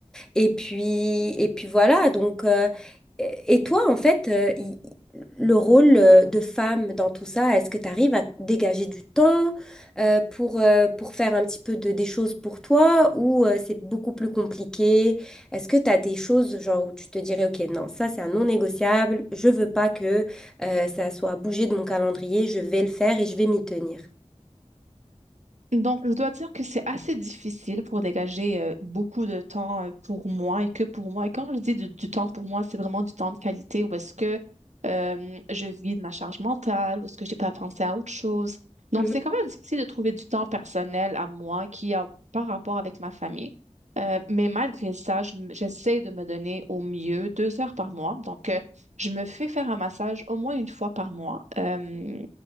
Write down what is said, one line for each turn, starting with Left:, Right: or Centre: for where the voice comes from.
Centre: Et puis, et puis voilà, donc, euh, et et toi, en fait, euh, y- le rôle euh, de femme dans tout ça, est-ce que tu arrives à dégager du temps euh, pour, euh, pour faire un petit peu de, des choses pour toi ou euh, c'est beaucoup plus compliqué? Est-ce que tu as des choses genre où tu te dirais, OK, non, ça c'est un non négociable, je veux pas que euh, ça soit bougé de mon calendrier, je vais le faire et je vais m'y tenir.
Right: Donc, je dois dire que c'est assez difficile pour dégager euh, beaucoup de temps euh, pour moi et que pour moi. Et quand je dis du, du temps pour moi, c'est vraiment du temps de qualité où est-ce que euh, je vis de ma charge mentale, où est-ce que j'ai pas pensé à autre chose. Donc,
Centre: Mhm.
Right: c'est quand même difficile de trouver du temps personnel à moi qui a pas rapport avec ma famille. Euh, mais malgré ça, je m- j'essaie de me donner au mieux deux heures par mois. Donc, euh, je me fais faire un massage au moins une fois par mois euh,